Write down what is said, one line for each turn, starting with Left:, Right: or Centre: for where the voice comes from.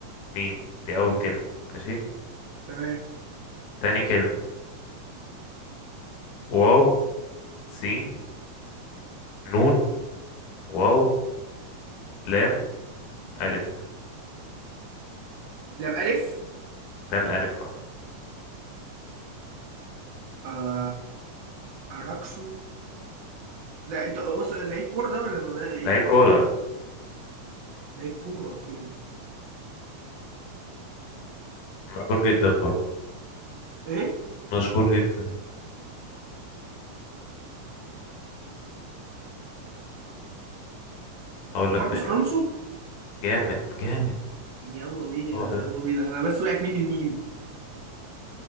Left: ميم دي أول كلمة ماشي
Right: تمام
Left: تاني كلمة واو سين نون واو لام ألف
Right: لا بألف
Left: لام ألف اه
Right: آه... أراكسو ده انت أص... لعيب كورة ده ولا ده ايه؟
Left: لعيب كورة آه.
Right: لعيب كورة اوكي
Left: مشهور جدا برضه
Right: ايه؟
Left: مشهور جدا هقول لك
Right: ماركوس
Left: تاني
Right: ألونسو
Left: جامد جامد
Right: يلا بينا
Left: هو ده
Right: يلا بينا انا بس وقعت مني الميم